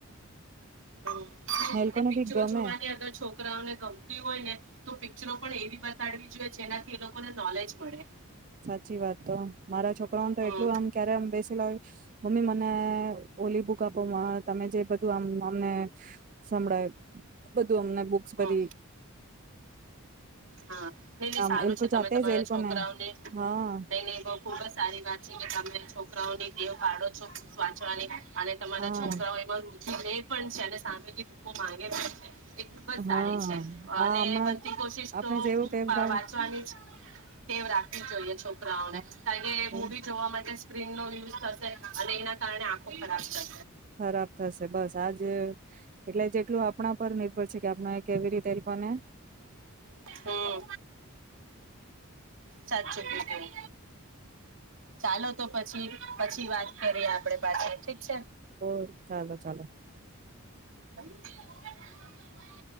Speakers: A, on the right (about 60°); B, on the right (about 35°).
A: અને
B: ને એ લોકોને
A: પિક્ચરો
B: બી ગમે
A: જોવાની અગર છોકરાઓને ગમતી હોય ને તો પિક્ચરો પણ એવી બતાડવી જોઈએ જેનાથી એ લોકોને નોલેજ મળે.
B: સાચી વાત તો મારા છોકરાઓને
A: હમ
B: તો એટલું આમ ક્યારે આ બેસીલોય મમ્મી મને ઓલી બુક આપો માં તમે જે બધું આમ અમને સંભળાય અમને બુક્સ
A: હમ
B: બધી
A: હા, નઈ નઈ
B: આમ
A: સારું
B: એ લોકો
A: છે, તમે
B: જાતે
A: તમારા
B: જ એ લોકોને
A: છોકરાઓને
B: હા
A: નહી નહી બહુ ખુબ જ સારી વાત છે, કે તમે છોકરાઓની દેહ પાડો છો વાંચવાની અને તમારા
B: હા
A: છોકરાઓ એમાં રુચિ રે પણ છે અને સામે જે ભકો માંગે પણ છે, એ ખુબ જ સારી
B: હા
A: છે,
B: આ
A: અને
B: હમણાં
A: બનતી કોશિશ
B: આપણે
A: તો
B: જેવું
A: બુ
B: ટેપ
A: વાંચવાની
B: બાળ
A: જ કેવ રાખવી જોઈએ, છોકરી કારણ
B: હા
A: કે,
B: તો
A: મૂવી જોવા માટે સ્ક્રીન નો યુઝ થશે અને એના કારણે આંખો ખરાબ થશે,
B: ખરાબ થશે, બસ આજ એટલે જેટલું આપણા પર નિર્ભર છે, કે આપણે કેવી રીતે એલને
A: હમ્મ સાચુ કીધુ ચાલો તો પછી પછી વાત કરીએ, આપડે પાછી ઠીક છે,
B: ઓ ચાલો ચાલો
A: <unintelligible>